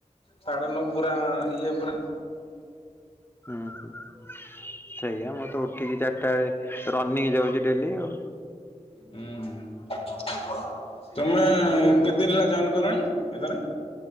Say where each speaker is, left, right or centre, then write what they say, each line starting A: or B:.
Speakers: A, on the left (about 50°); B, on the left (about 20°).
A: ସାଢ଼େ ନଅ ପୁରା ଇଏ ପୁଡ଼ା
B: ଉୁଁ। ସୋଇଆ ମୁଁ ତ ଉଠିକି ଚାରଟା ଏଳେ ରନିଂ ଯାଉଚି ଡେଲି ଆଉ।
A: ଉୁଁ ହୁଁ। ତୁମେ କେ ଦିନି ହେଲା ଜଏନ୍‌ କଲଣି? ଏତରେ।